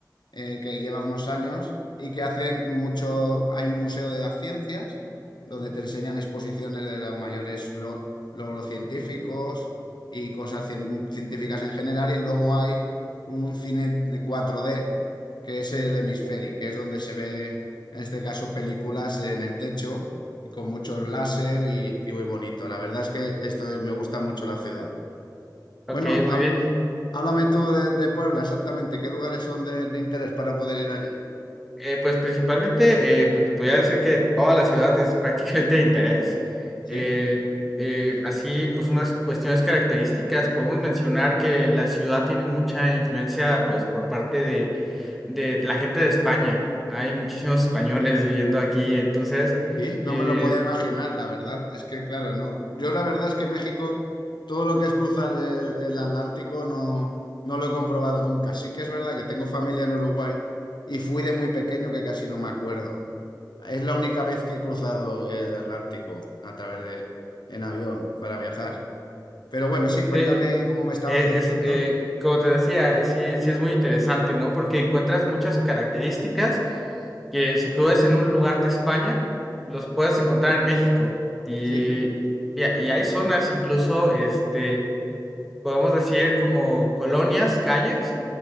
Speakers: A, on the left; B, in the centre.
A: eh, que lleva unos años y que hace mucho, hay un museo de las ciencias donde te enseñan exposiciones de los mayores lo- logros científicos y cosas cien- científicas en general y luego hay un cine cuatro d que es el Hemisferic, que es donde se ve en este caso películas en el techo con muchos láser y, y muy bonito. La verdad es que esto me gusta mucho la ciudad.
B: Ok,
A: Bueno,
B: muy
A: há-
B: bien.
A: háblame tú de, de Puebla, exactamente. ¿Qué lugares son de, de interés para poder ir allí?
B: Eh, pues principalmente, eh, pues te podría decir que toda la ciudad es prácticamente de interés.
A: ¿Sí?
B: Eh, eh, así, pues unas cuestiones características, podemos mencionar que la ciudad tiene mucha influencia, pues por parte de, de la gente de España. Hay muchísimos españoles viviendo aquí, entonces,
A: Sí, no
B: eh,
A: me lo podía imaginar, la verdad. Es que, claro, no. Yo la verdad es que México, todo lo que es cruzar el, el Atlántico, no, no lo he comprobado nunca. Sí que es verdad que tengo familia en Uruguay y fui de muy pequeño que casi no me acuerdo. Es la única vez que he cruzado el Atlántico a través de, en avión para viajar. Pero bueno, sí, cuéntame
B: eh,
A: cómo me estabas
B: eh,
A: diciendo.
B: es, eh, como te decía, eh, sí, sí es muy interesante, ¿no? Porque encuentras muchas características que si tú ves en un lugar de España, los puedes encontrar en México. Y,
A: Sí,
B: y, y hay zonas, incluso, este, podemos decir como colonias, calles,